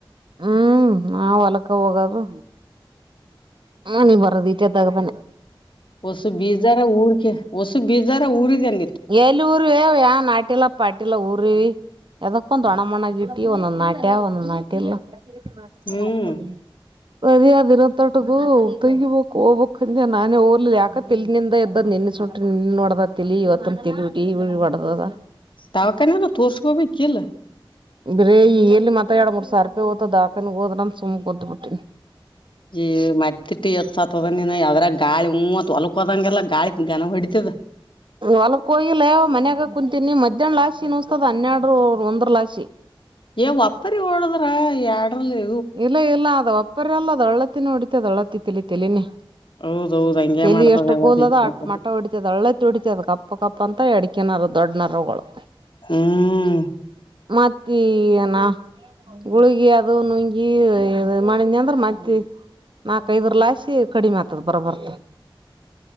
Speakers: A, on the right; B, on the left.
A: ಹ್ಮ್ ನಾವ ಹೊಲಕ್ಕ ಹೋಗದು ಮನಿಗಿ ಬರದ ದಗದನೆ
B: ಓಸು ಬೀಜಾರ ಉರ್ಕೆ ಓಸು ಬೀಜಾರ ಊರಿದಿ ಏನ
A: ಎಲ್ಲೇ ಉರಿವಿವೇ ಯಾನ್ ನಾಟಿಲ್ಲ <unintelligible> ಊರಿವಿ ಎದಕಬಂತು ಒಣಮಣ್ಣಗ ಇಟ್ಟಿವಿ ಒಂದೊಂದು ನಾಟ್ಯವ ಒಂದೊಂದು ನಾಟಿಲ್ಲ <unintelligible>
B: ಹ್ಮ್
A: ತಟಗೂ ತಗಿಬೇಕ ಹೋಗ್ಬೇಕ್ ಅಂದೆ ನಾನೇ ಹೋಗಲಿಲ್ಲ ಯಾಕ ತಲಿನಿಂದ ಎದ್ದದ ನಿನ್ನೆ ಸುಂಟು ನಿನ್ನೆನೇ ಹೊಡದದ ತಲಿ ಇವತ್ತನು ಇಟತನ ತಲಿ ಹೊಡಿ ಹೊಡಿ ಹೊಡದದ
B: ಧವಾಖಾನೆ ಅನ ತೋರರ್ಸ್ಕೋಬೇಕಿಲ್ಲ
A: ಬರೆ ಎಲ್ಲಿ ಮತ್ತ ಎರಡ ಮೂರ್ ಸಾವಿರ ರೂಪಾಯಿ ಹೋತದದ ಧವಾಖಾನೆ ಹೋದ್ರ ಅಂತ ಸುಮ್ ಕುಂತ ಬಿಟ್ಟಿನಿ
B: ಏ ಮತ್ತಿಟ ಹೆಚ್ಚ ಆತದ ನಿನ ಅದರಾಗ ಗಾಳಿ ಹು ಅತ ಹೊಲಕ ಹೋದಾಗೆಲ್ಲ ಗಾಳಿ ಗನ ಹೊಡಿತದ
A: ಹೊಲಕ್ಕ ಹೋಗಿಲ್ಲ ಮನ್ಯಾಗ ಕುಂತೀನಿ ಮಧ್ಯಾಹ್ನಲಾಶಿ ನುಸ್ತದ ಹನ್ನೆಡರ ಒಂದ್ರರ ಲಾಶಿ
B: ಏ ವಪ್ಪಾರಿ ಓಡದ್ರ ಎಡರಲೇ
A: ಇಲ್ಲ ಇಲ್ಲ ಅದ ಒಪ್ಪಾರಿಲ್ಲ ಅದು ಅಳ್ಳತ್ತಿನೇ ಹೊಡಿತಯಿತಿ ಅಳ್ಳತ್ತಿ ಹೊಡತಯಿತಿ ತಲಿತಲಿನೇ
B: ಹೌದೌದ್ ಹಂಗೆ
A: ತಲಿ
B: ಮಾಡ್ತದ
A: ಎಷ್ಟು
B: ಎಲ್ಲ
A: ಕೂದಲ
B: ಬೆಂಕಿ
A: ಅದ ಅಟ್ಟ
B: ಹತ್ತದ
A: ಮಟ್ಟ ಹೊಡಿತದ ಹಳ್ಳತಿ ಹೊಡಿತದ ಕಪ್ಪ ಕಪ್ಪ ಅಂತ ಅಡ.. ಅಕ್ಕನಾರ ದೊಡ್ಡನರಗಳು
B: ಹ್ಮ್
A: ಮತ್ತ ಏನ.. ಗುಳಗಿ ಅದು ನುಂಗಿ ಈ ಮತ್ ಇದರ ಲೆಸಿ... ಕಡಿಮೆ ಆತದ ಬರ ಬರ್ತ